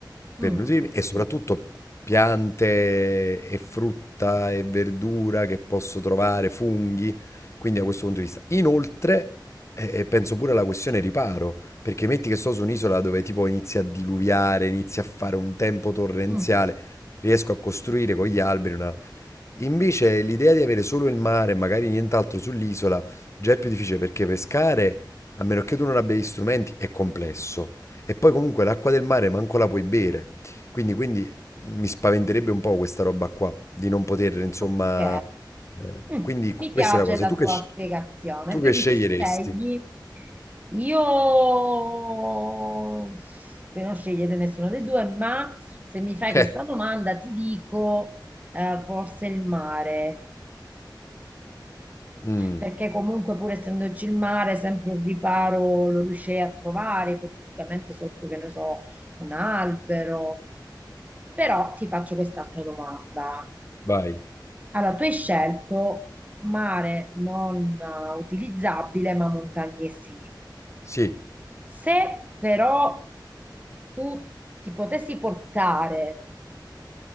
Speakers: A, on the right; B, on the left.
A: <clears throat>
B: per
A: mm,
B: nutrirmi e soprattutto piante e frutta e verdura che posso trovare, funghi, quindi da questo punto di vista. Inoltre, eh, penso pure alla questione riparo. Perché metti che sto su un'isola dove tipo inizia a diluviare, inizia a fare un tempo torrenziale,
A: mm.
B: riesco a costruire con gli alberi una... Invece l'idea di avere solo il mare e magari nient'altro sull'isola già è più difficile perché pescare, a meno che tu non abbia gli strumenti, è complesso. E poi comunque l'acqua del mare manco la puoi bere. Quindi, quindi mi spaventerebbe un po' questa roba qua, di non poter, insomma...
A: Ok,
B: eh,
A: Mm,
B: quindi
A: mi
B: questa
A: piace
B: è la cosa.
A: la
B: Tu
A: tua
B: che, sc-
A: spiegazione,
B: tu
A: quindi
B: che sceglieresti?
A: tu scegli, io per non scegliere nessuno dei due, ma se mi fai
B: <laughs>
A: questa domanda ti dico eh, forse il mare,
B: Eh, mm,
A: perché comunque pur essendoci il mare, sempre un riparo lo riuscirei a trovare, ipoteticamente sotto, che ne so, un albero. Però ti faccio quest'altra domanda.
B: vai.
A: Allora, tu hai scelto mare non eh, utilizzabile, ma montagne sì.
B: Sì.
A: Se però tu ti potessi portare